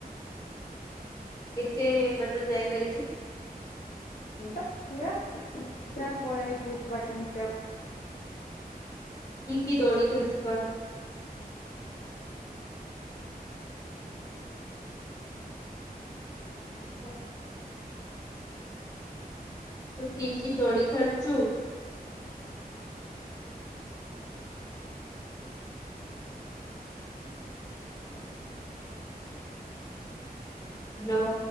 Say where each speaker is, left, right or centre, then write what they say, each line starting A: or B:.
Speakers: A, on the left (about 20°); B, on the left (about 50°).
A: କେତେ ବାଟ ଯାଇପାରିବୁ
B: ମୁଁ ତ ପୁରା ପା ପଡେ ଭୁଥ ବାଟ ଉଞ୍ଚା
A: କି କି ଦୋଳି ଖେଳିଚୁ କହନି ହଁ ତୁ କି କି ଦୋଳି ଖାଳିଚୁ ହ୍ୟାଲୋ